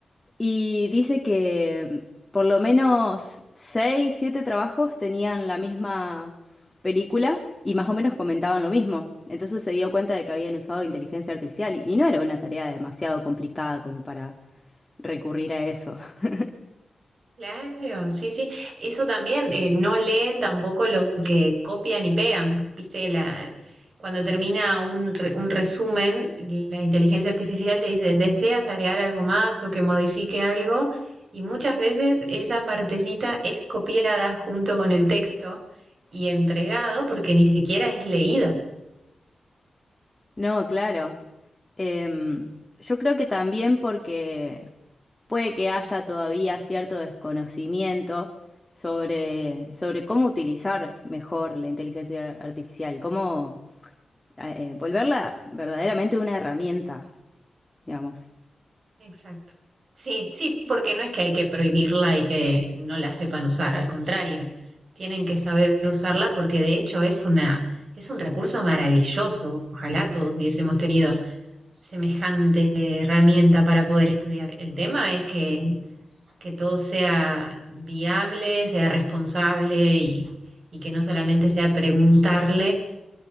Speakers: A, on the left (about 20°); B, on the right (about 65°).
A: Y dice que mm, por lo menos seis, siete trabajos tenían la misma película y más o menos comentaban lo mismo. Entonces se dio cuenta de que habían usado inteligencia artificial y no era una tarea demasiado complicada como para recurrir a eso. <laughs>
B: Claro, sí, sí. Eso también, eh, no leen tampoco lo que copian y pegan. Viste, la, cuando termina un, re- un resumen, la inteligencia artificial te dice, ¿deseas agregar algo más o que modifique algo? Y muchas veces esa partecita es copiada junto con el texto y entregado porque ni siquiera es leído.
A: No, claro. Em, yo creo que también porque puede que haya todavía cierto desconocimiento sobre, sobre cómo utilizar mejor la inteligencia artificial, cómo eh, volverla verdaderamente una herramienta, digamos.
B: Exacto. Sí, sí, porque no es que hay que prohibirla y que no la sepan usar, al contrario, tienen que saber usarla porque de hecho es una, es un recurso maravilloso. Ojalá todos hubiésemos tenido semejante herramienta para poder estudiar. El tema es que, que todo sea viable, sea responsable y, y que no solamente sea preguntarle